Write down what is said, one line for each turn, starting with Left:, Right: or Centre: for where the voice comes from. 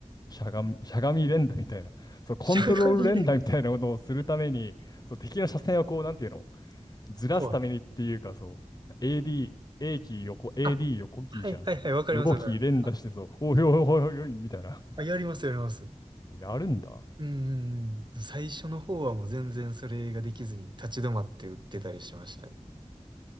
Left: しゃがみ、しゃがみ連打みたいな。そう、コントロール連打みたいなことをするために、
Right: しゃがみで。<laughs>
Left: そう、敵の車線をこう、なんていうのずらすためにっていうか、
Right: ほう。
Left: そう、AD、A キー横、AD
Right: あ、
Left: 横キーじゃん。
Right: はいはいはい、
Left: そう、
Right: わかりますわかります。
Left: 横キー連打して、
Right: あ、
Left: そう、おいおいおいおいおい、みたいな。
Right: あやりますやります。
Left: やるんだ。
Right: うんうんうん。最初の方はもう全然それができずに立ち止まって打ってたりしましたね。